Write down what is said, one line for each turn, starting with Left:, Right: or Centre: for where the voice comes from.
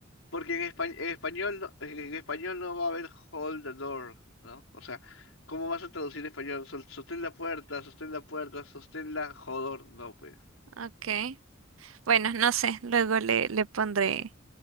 Left: porque en espa- en español, no- en español no va a haber hold the door, ¿no? O sea, ¿cómo vas a traducir en español? Sol- Sostén la puerta, sostén la puerta, sostén la jodor. No, pues.
Right: Ok, bueno, no sé, luego le, le pondré